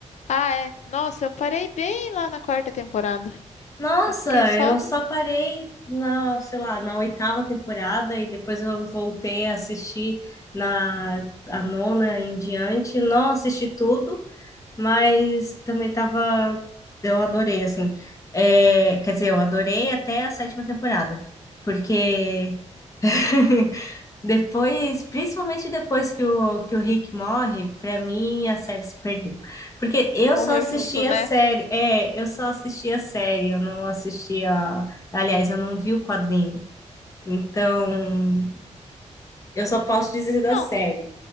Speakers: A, on the left; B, on the left.
A: Ah, é. Nossa, eu parei bem lá na quarta temporada.
B: Nossa,
A: Eu fiquei só
B: eu
A: no...
B: só parei na, sei lá, na oitava temporada e depois eu voltei a assistir na a nona em diante. Não assisti tudo, mas também tava, eu adorei assim. É, quer dizer, eu adorei até a sétima temporada, porque <laughs> Depois, principalmente depois que o, que o Rick morre, pra mim a série se perdeu. Porque eu
A: Morreu
B: só assistia
A: junto, né?
B: a série. É, eu só assistia a série, eu não assistia. Aliás, eu não vi o quadrinho. Então, eu só posso dizer da
A: Não,
B: série.